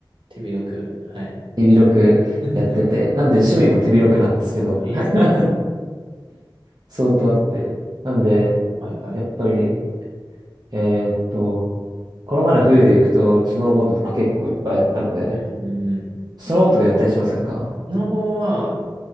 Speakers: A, on the right (about 75°); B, on the right (about 55°).
A: 手広く。はい。
B: 手広くやってて、
A: <laughs>
B: なんで趣味も手広くなんですけど、
A: いいですね。
B: <laughs>
A: はい。
B: 相当あって。なんで、
A: はいはい。
B: やっぱり、えーっと、この前の冬で行くと、スノーボードとか結構いっぱいやったので、
A: うん、うん、うん。
B: スノーボードとかやったりしませんか
A: スノボは、